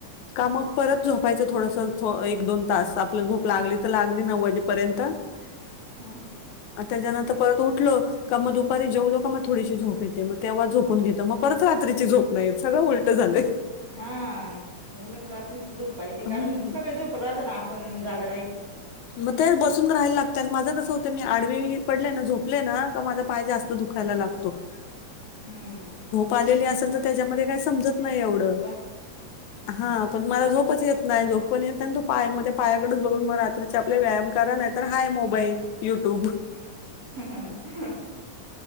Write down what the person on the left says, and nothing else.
का मग परत झोपायचं थोडस थो एक दोन तास आपलं झोप लागली तर लागली नऊ वाजेपर्यंत.
आणि त्याच्यानंतर परत उठल का मग दुपारी जेवलो का मग थोडीशी झोप येते मग तेव्हा झोप पुन घेतो मग परत रात्रीची झोप नाही येत सगळं उलट झालंय.
हं.
मग तेच बसून राहायला लागत आणि माझं कसं होतं मी आडवी पडले ना झोपले ना का माझं पाय जास्त दुखायला लाग
आलेली
असेल तर
त्याच्यामध्ये
काही
समजत
नाही
एवढं हा पण मला झोपच येत नाही झोप पण येत नाही तो पायांमध्ये पायाकडेच बघत मग राहतं. रोज आपले व्यायाम करा नाही तर हाय मोबाईल युट्यूब.